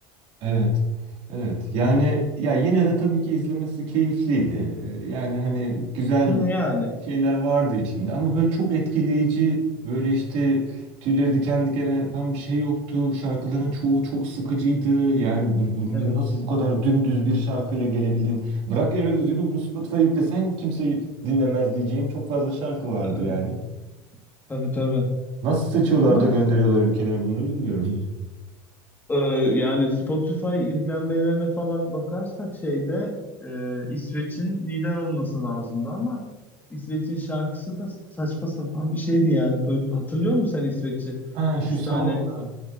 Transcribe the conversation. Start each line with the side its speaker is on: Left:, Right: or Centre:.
Right: Evet. Evet. Yani ya yine de tabii ki izlemesi keyifliydi. Ee, Yani hani güzel
Left: Hı, yani
Right: şeyler vardı içinde ama böyle çok etkileyici böyle işte tüyleri diken diken yapan bir şey yoktu. Şarkıların çoğu çok sıkıcıydı. Yani bu, bu
Left: evet.
Right: nasıl bu kadar dümdüz bir şarkıyla gelebildin? Bırak Eurovision'u bunu Spotify'a yüklesen kimse dinlemez diyeceğim çok fazla şarkı vardı
Left: Ee,
Right: yani.
Left: tabii tabii.
Right: Nasıl seçiyorlar
Left: Ama
Right: da gönderiyorlar ülkeler bunları bilmiyorum.
Left: e, yani Spotify izlenmelerine falan bakarsak şeyde e, İsveç'in lider olması lazımdı ama İsveç'in şarkısı da saçma sapan bir şeydi yani. Duy- hatırlıyor musun sen İsveç'i?
Right: Ha şu
Left: Üç
Right: sauna
Left: tane.